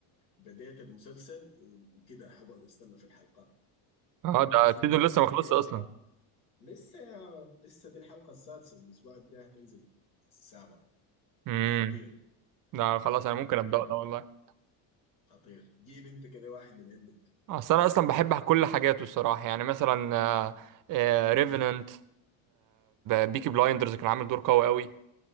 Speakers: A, on the left; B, on the right.
A: بديت المسلسل و- وكده هقعد استنى في الحلقات
B: اه
A: كنت
B: ده
A: شنو
B: السيزون
A: متمني
B: لسه ما خلصش اصلا
A: آه. لسه يا لسه دي الحلقة السادسة الأسبوع الجاي تنزل السابع
B: امم
A: خطير
B: ده خلاص انا ممكن
A: خطير
B: ابدا ده والله
A: خطير جيب أنت كده واحد من عندك
B: آه، اصل انا اصلا بحب كل حاجاته الصراحه يعني مثلا ريفننت بيكي بلايندرز كان عامل دور قوي قوي